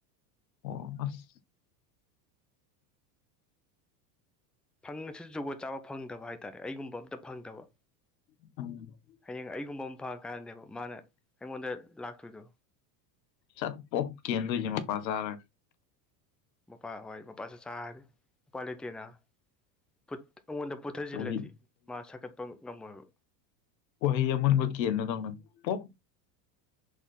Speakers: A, on the left (about 85°); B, in the centre.
A: ꯑꯣ ꯑꯁ
B: ꯐꯪꯉꯥꯁꯨ ꯖꯨꯒꯣꯠ ꯆꯥꯕ ꯐꯪꯗꯕ ꯍꯥꯏꯇꯥꯔꯦ ꯑꯩꯒꯨꯝꯕ ꯑꯝꯇ ꯐꯪꯗꯕ
A: ꯎꯝ <unintelligible>
B: ꯍꯌꯦꯡ ꯑꯩꯒꯨꯝꯕ ꯑꯃ ꯐꯪꯉꯀꯥꯟꯗꯅꯦꯕ ꯃꯥꯅ ꯑꯩꯉꯣꯟꯗ ꯂꯥꯛꯇꯣꯏꯗꯣ
A: ꯁꯠ ꯄꯣꯞ ꯀꯦꯟꯗꯣꯏꯁꯦ ꯃꯥꯄꯆꯔ
B: ꯃꯥꯄ ꯍꯣꯏ ꯃꯄꯥꯁꯨ ꯆꯥꯔ ꯎꯄꯥꯏ ꯂꯩꯇꯦꯅ ꯐꯨꯠ ꯑꯩꯉꯣꯟꯗ ꯄꯨꯊꯁꯤꯜꯂꯗꯤ
A: ꯎꯍꯩ
B: ꯃꯥ ꯁꯥꯒꯠꯄ ꯉꯝꯃꯣꯏꯕ
A: ꯎꯍꯩ ꯑꯃꯨꯟꯕ ꯀꯦꯟꯕꯗꯧꯅ ꯄꯣꯞ